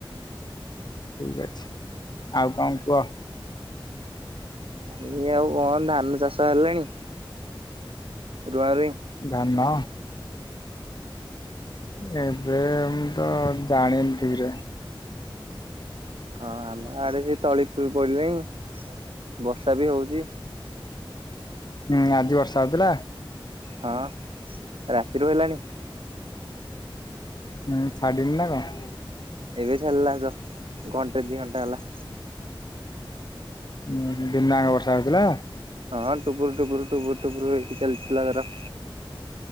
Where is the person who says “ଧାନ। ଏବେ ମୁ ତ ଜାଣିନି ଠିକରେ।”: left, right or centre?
Left